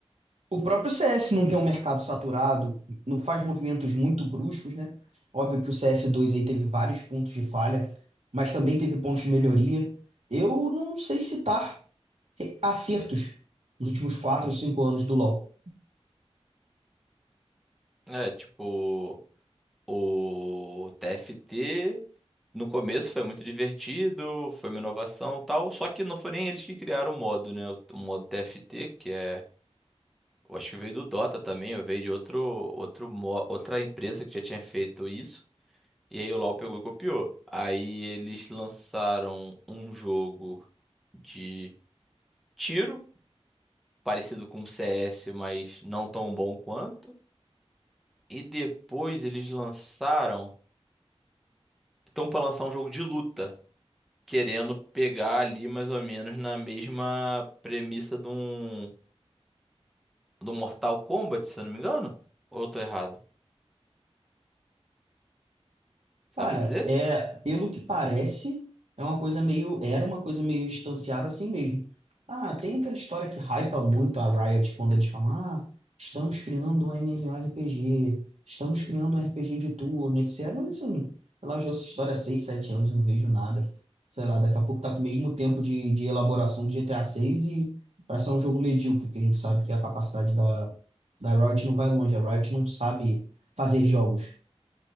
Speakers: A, on the right; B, in the centre.
A: O próprio CS não tem um mercado saturado, não faz movimentos muito bruscos, né? Óbvio que o CS2 aí teve vários pontos de falha, mas também teve pontos de melhoria. Eu não sei citar re- acertos nos últimos 4 ou 5 anos do LoL.
B: É, tipo, o TFT no começo foi muito divertido, foi uma inovação e tal, só que não foi nem eles que criaram o modo, né? O modo TFT, que é. Eu acho que veio do Dota também, eu veio de outro, outro, mo- outra empresa que já tinha feito isso. E aí o LoL pegou e copiou. Aí eles lançaram um jogo de tiro, parecido com o CS, mas não tão bom quanto. E depois eles lançaram, estão para lançar um jogo de luta, querendo pegar ali mais ou menos na mesma premissa de um do Mortal Kombat, se eu não me engano. Ou eu tô errado? Sabe
A: Cara,
B: dizer?
A: é, pelo que parece, é uma coisa meio, era uma coisa meio distanciada assim mesmo. Ah, tem aquela história que hypa muito a Riot quando eles falam, ah, estamos criando um MMORPG, estamos criando um RPG de turno, etc. Mas assim, sei lá, eu já ouço essa história há 6, 7 anos, eu não vejo nada. Sei lá, daqui a pouco tá com o mesmo tempo de, de elaboração do GTA 6 e para ser um jogo medíocre, que a gente sabe que a capacidade da, da Riot não vai longe, a Riot não sabe fazer jogos.